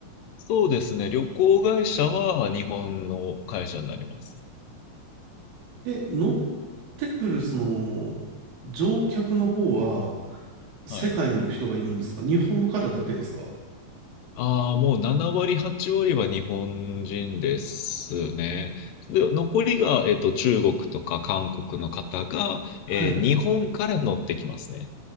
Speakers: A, on the left; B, on the right.
A: そうですね、旅行会社は日本の会社になります。
B: で、乗ってくる、その、乗客の方は、世界の人がいるんですか日本の方だけですか
A: はい。ああ、もう7割、8割は日本人ですね。で、残りが、えっと、中国とか韓国の方が、
B: はい。
A: えー日本から乗ってきますね。